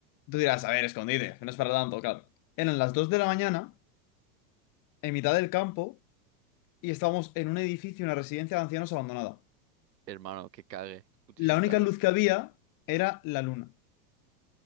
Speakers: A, on the left; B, on the right.
A: tú dirás, a ver, escondite, que no es para tanto, claro. Eran las 2 de la mañana, en mitad del campo, y estábamos en un edificio, una residencia de ancianos abandonada.
B: hermano, que cague, que putísimo
A: La única
B: cague.
A: luz que había era la luna.